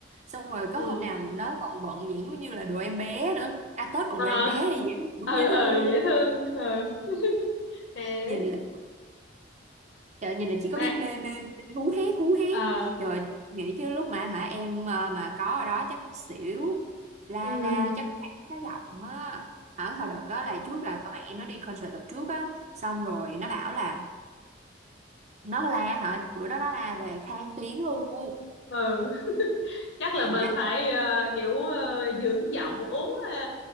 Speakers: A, on the right; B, on the left.
A: xong rồi có
B: ừ
A: hôm nào nó còn bận vậy giống như là đồ em bé nữa à Tết bận
B: Ờ,
A: đồ em bé hay gì đó, đúng
B: ừ
A: dễ
B: ừ
A: thương
B: dễ thương ừ thế
A: nhìn là trời nhìn là chỉ có
B: mà
A: biết mê mê mê, hú hét hú hét
B: ờ
A: trời nghĩ chứ lúc mà hả em ờ, mà có ở đó chắc xỉu la
B: ừ
A: la chắc hẳn cái giọng á ở hồi đợt đó là trước là con mẹ em nó đi concert đợt trước á xong rồi nó bảo là nó la hả bữa đó nó la về khang tiếng luôn
B: ừ chắc
A: dạ
B: là mình phải ờ, kiểu ờ, dưỡng giọng uống ờ,